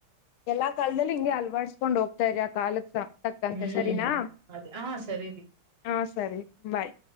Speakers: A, on the left; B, on the right.
A: ಎಲ್ಲಾ ಕಾಲದಲ್ಲಿ ಹಿಂಗೆ ಅಲವಡಿಸಸ್ಕೊಂಡ್ ಹೋಗ್ತಾ್ರ ಆ ಕಾಲಕ್ಸ ತಕ್ಕಂತೆ
B: ಹ್ಮ್
A: ಸರಿನಾ
B: ಅದ್ ಹಾ ಸರಿ ರೀ.
A: ಹಾ ಸರಿ ಬಾಯ್